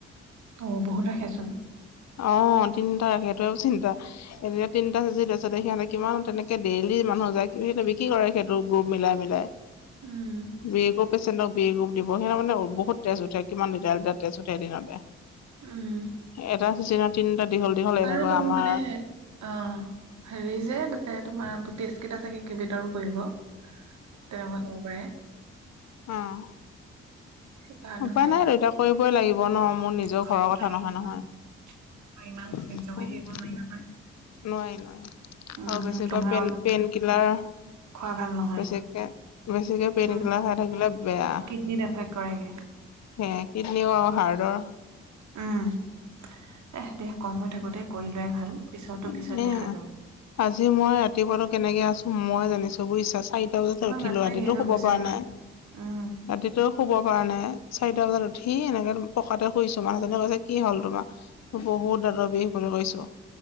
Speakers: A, on the right; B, on the left.
A: অ, বহুত ৰাখেচোন।
B: অ', তিনটা ৰাখে সেটোও চিন্তা এতিয়া তিনিটা চিচিত সিহঁতে কিমান তেনেকে ডেইলি মানুহ যায় কি বুলি কয় সেইটো বিক্ৰী কৰে সেইটো গ্ৰুপ মিলাই-মিলাই
A: উম
B: বি গো পেচেণ্টক বি গ্ৰো <unintelligible> মানে বহুত তেজ উঠে, কিমান লিটাৰ লিটাৰ তেজ উঠে এদিনতে।
A: উম
B: এটা চিজনত তিনিটা দীঘল দীঘল এনেকুৱা
A: আৰু তোমাৰ
B: আমাৰ
A: মানে অহ। হেৰি যে দুটাই তোমাৰ টেষ্ট কেইটা চাগে কেইবটাও কৰিব, তেনেকুৱা হ'ব পাৰে।
B: অঁহ।
A: সেইকাৰণে
B: উপায়
A: চাগে
B: নাই আৰু এতিয়া কৰিবই লাগিব ন, মোৰ নিজৰ
A: কৰিব
B: ঘৰৰ
A: নালাগিবই
B: কথা নহয় নহয়। নাই,
A: অ ইমান সহ্য কৰি থাকিব নোৱাৰি
B: <unintelligible>
A: নহয়
B: নোৱাৰি নোৱাৰি।
A: উম
B: আৰু বেছিকৈ
A: তোমাৰ
B: পেইন
A: অলপ
B: পেইন কিলাৰ
A: খোৱা ভাল নহয়
B: বেছিকে বেছিকে পেইন
A: উম
B: কিলাৰ খায় থাকিলে বেয়া।
A: কিডনীত এফেক্ট কৰেগে
B: হে কিডনীও আৰু হাৰ্টৰ
A: উম দে দেহ কম হৈ থাকোতে কৰি লোৱাই ভাল। পিছতো
B: উম,
A: পিছত দেখা যাব
B: আজি মই ৰাতিপুৱাটো কেনেকে আছো মই জানিছো বুইছে। চাৰিটা
A: উম
B: বজাতে
A: তোমাৰ
B: উঠিলো,
A: মাতটোৱে
B: ৰাতিতো
A: হেৰি হৈ
B: শুব
A: গৈছে
B: পৰা
A: নহয়
B: নাই।
A: উম
B: ৰাতিটো শুবৰ পৰা নাই চাৰিটা বজাত উঠি এনেকে পকাতে শুইছো, মানুহজনে কৈছে কি হ'ল তোমাৰ? বহুত দাদৰ বিষ বুলি কৈছো।